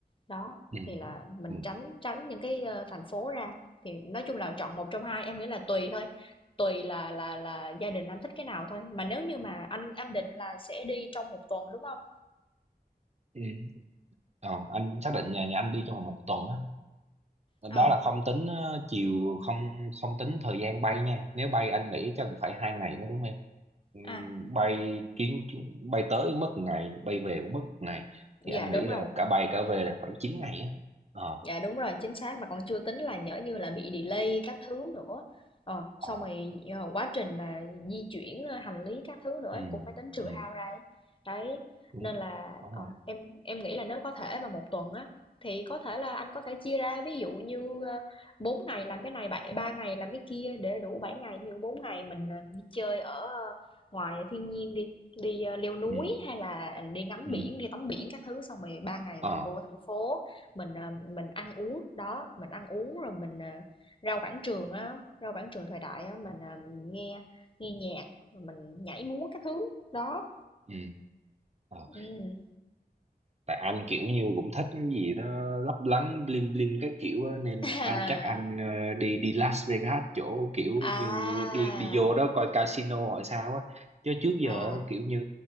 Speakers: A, on the left; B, on the right.
A: Đó,
B: ừ
A: thì là mình
B: ừ
A: tránh tránh những cái, ơ, thành phố ra, thì nói chung là chọn một trong hai, em nghĩ là tùy thôi, tùy là là là gia đình anh thích cái nào thôi. Mà nếu như mà anh anh định là sẽ đi trong một tuần, đúng không
B: ừ. Ờ, anh xác định nhà nhà anh đi trong vòng một tuần á
A: à
B: đó là không tính ờ, chiều không không tính thời gian bay nha nếu bay anh nghĩ chắc cũng phải hai ngày mới đúng em Ừm,
A: à,
B: bay chuyến chuyến- bay tới mất một ngày bay về cũng mất một ngày
A: dạ,
B: thì anh
A: đúng
B: nghĩ
A: rồi.
B: là cả bay cả về là khoảng chín ngày á ờ
A: Dạ, đúng rồi, chính xác, mà còn chưa tính là nhỡ như là bị delay các thứ nữa. Ờ, xong
B: ờ
A: rồi, ờ, quá trình mà di chuyển, ơ, hành lý các thứ nữa ấy,
B: ừ
A: cũng phải tính trừ
B: ừ
A: hao ra ấy. Đấy,
B: đúng
A: nên là,
B: đúng
A: ờ,
B: rồi
A: em em nghĩ là nếu có thể mà một tuần á, thì có thể là anh có thể chia ra, ví dụ như, ơ, 4 ngày làm cái này, bảy 3 ngày làm cái kia để đủ 7 ngày. Ví dụ 4 ngày mình, ờ, đi chơi ở ờ, ngoài thiên nhiên đi, đi, ơ, leo núi
B: ừ
A: hay là đi ngắm
B: ừ
A: biển, đi tắm biển các thứ, xong rồi 3 ngày mình
B: ờ
A: vô thành phố, mình, ờ, mình ăn uống, đó, mình ăn uống rồi mình, ờ, rau Quảng Trường á, rau Quảng Trường thời đại á, mình, ờ, nghe nghe nhạc, rồi mình nhảy múa cái thứ, đó,
B: ừ ờ.
A: ừm.
B: tại anh kiểu như cũng thích cái gì đó lấp lánh bling bling các kiểu á, nên
A: <laughs>
B: anh
A: À,
B: chắc anh ờ, đi đi Las Vegas chỗ kiểu
A: à,
B: như đi đi vô đó coi casino hỏi sao á chứ trước giờ
A: à,
B: á, kiểu như